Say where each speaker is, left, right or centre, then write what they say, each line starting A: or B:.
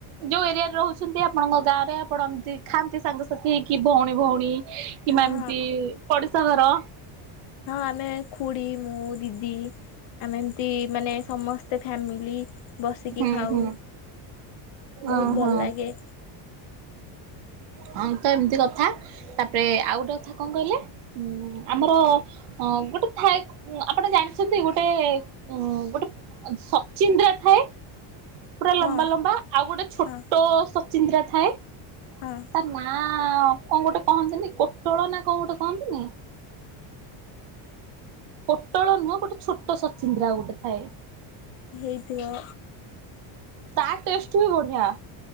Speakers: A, on the right; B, on the left.
A: ଯୋଉ ଏରିଆରେ ରହୁଛନ୍ତି ଆପଣଙ୍କ ଗାଁ ରେ ଆପଣ ଏମିତି ଖାଆନ୍ତି ସାଙ୍ଗସାଥି ହେଇ କିି ଭଉଣୀ ଭଉଣୀ କିମ୍ବା
B: ହଁ
A: ଏମିତି ପଡିଶା ଘର।
B: ହଁ ଆମେ ଖୁଡି ମୁଁ ଦିଦି। ଆମେ ଏମତି ମାନେ ସମସ୍ତେ ଫ୍ୟାମିଲି। ବସିକି
A: ହୁଁ
B: ଖାଉ
A: ହୁଁ ଓହୋ
B: ବହୁତ ଭଲ ଲାଗେ।
A: ହଁ ତ ଏମିତି କଥା ତାପରେ ଆଉ ଗୋଟେ କଥା କଣ କହିଲେ? ହୁଁ ଆମର। ହଁ ଗୋଟେ ଥାଏ ଆପଣ ଜାଣିଛନ୍ତି ଗୋଟେ ଉଁ ଗୋଟେ। ସଚିନ୍ଦ୍ରା ଥାଏ। ପୁରା ଲମ୍ବା
B: ହଁ
A: ଲମ୍ବା ଆଉ ଗୋଟେ ଛୋଟ
B: ହଁ
A: ସଚିନ୍ଦ୍ରା ଥାଏ
B: ହଁ।
A: ତା ନାଁ ଆଁ କଣ ଗୋଟେ କହନ୍ତିନି ପୋଟଳ ନା କଣ ଗୋଟେ କହନ୍ତିନି? ପୋଟଳ ନୁହଁ ଗୋଟେ ଛୋଟ ସଚିନ୍ଦ୍ରା ଗୋଟେ ଥାଏ।
B: ହେଇଥିବ?
A: ତା ଟେଷ୍ଟ ବି ବଢିଆ।